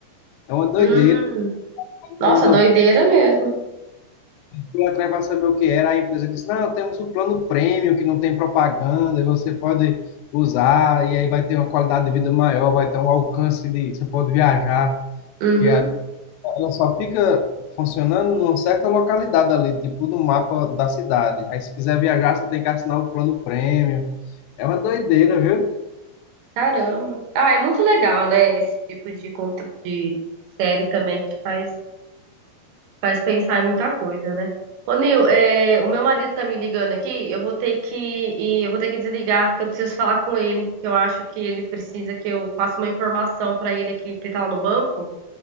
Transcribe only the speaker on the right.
Hum. Nossa,
doideira mesmo.
Uhum.
Caramba. Ah, é muito legal, né? Esse tipo de, conte- de, de série também que te faz, te faz pensar em muita coisa, né? Ô, Nil, é, o meu marido tá me ligando aqui. Eu vou ter que ir, eu vou ter que desligar, que eu preciso falar com ele. Que eu acho que ele precisa que eu passe uma informação pra ele aqui, que ele tá lá no banco.